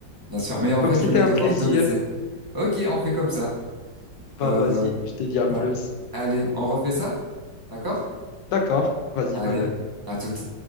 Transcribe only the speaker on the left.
Donc,
c'était
un
plaisir.
Bah,
vas-y, je te dis à plus.
D'accord, vas-y,
bye bye.